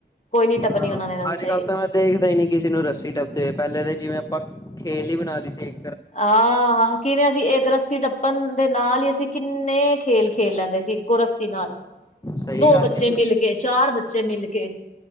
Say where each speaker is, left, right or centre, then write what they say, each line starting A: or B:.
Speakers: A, on the left; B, on the left.
A: ਕੋਈ ਨੀ ਟੱਪਨੀ
B: ਹਾਂ
A: ਉਹਨਾਂ ਨੇ ਰੱਸੇ।
B: ਅੱਜ ਕੱਲ੍ਹ ਤਾਂ ਮੈਂ ਦੇਖਦਾ ਈ ਨੀ ਕਿਸੇ ਨੂੰ ਰੱਸੀ ਟੱਪਦੇ ਹੋਏ। ਪਹਿਲੇ ਤੇ ਜਿਵੇਂ ਆਪਾਂ, ਖੇਲ ਈ ਬਣਾ ਲਈ ਸੀ ਇਕ।
A: ਆਹ ਹਾਂ, ਕਿਵੇਂ ਅਸੀ ਇੱਕ ਰੱਸੀ ਟੱਪ ਪਨ ਦੇ ਨਾਲ ਈ, ਅਸੀਂ ਕਿੰਨੇ ਖੇਲ-ਖੇਲ ਲੈਂਦੇ ਸੀ ਇੱਕੋ ਰੱਸੀ ਨਾਲ।
B: ਸਹੀ
A: ਦੋ
B: ਗੱਲ
A: ਬੱਚੇ
B: ਏ
A: ਮਿਲ ਕੇ, ਚਾਰ ਬੱਚੇ ਬੱਚੇ ਮਿਲ ਕੇ।